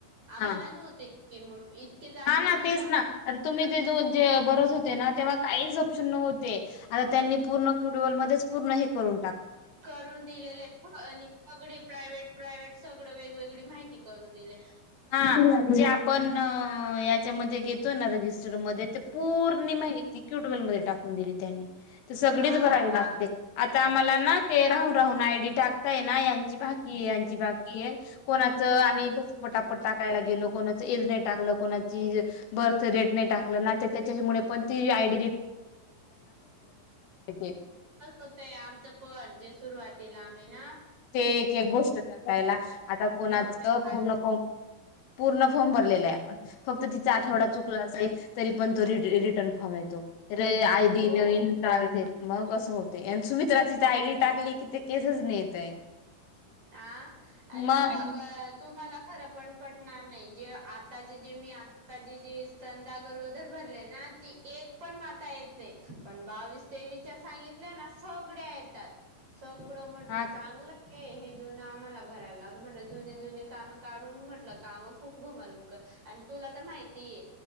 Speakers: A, on the right; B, on the left.
A: आम्हाला
B: हा
A: नव्हते इतके जास्ती
B: हा ना
A: नव्हते
B: तेच ना तुम्ही ते जे बरत होते ना तेव्हा काही प्शन नते आ त्यांनी पूर्ण क्युटबल पूर्ण कर
A: करून दिलेले सगळे प्रायव्ट प्रायवहेट सगळं वेगवेग त माहिती करून दिली
B: हा जे आपण याच्यामध्ये घेतो ना रजिस्टरमध्ये ते पूर् माहिती क्युडवेल म टाकून दिली त्यां सगळीच
A: हा
B: भरा लागते
A: आ
B: आ आम्हाला तेरा हना आयडी टाकताय ना यांची बाकी यांची बाकी आहे कोणाच आम्ही
A: हा.
B: घ ण टाकायला गेल कोच एज नाही टाकलं कोणा बर्थ रेट नाही टाकलं त्याच्यामुळे पण ती आयड ते
A: होते आमचं पण जे सुरुवाती तला मेना
B: ते एक एक गोष्ट टकायला आता कोणाचं
A: होत्या
B: पूर्ण पूर्ण फॉर्म भरलेला आहे आपण फक्त तिचा आठवडा चुकला असेल तरी पण तो रि रिटर्न फॉर्म येतो रे आय
A: हो
B: डी नवीन टगतेत मग कं होत ते आणि सुमित्राचीथ आयडी टाकली कि ते केसेच नेत आहे
A: हा आणि
B: मग
A: ते बघ तुमला खर पण पटणार नाही जे आताचे जे मी आताचे जे स्तंदागरदर भरलेय ना एक पण माता येत नाही पण बावीस तेवीस सांगितल्या ना सगळ्या येतात सगळं म्हटलं
B: हा का
A: चांगलं हे आम्हाला भरायला म्ह जु जु काम काढून म्हटलं काम खूप घु तला तर माहितीय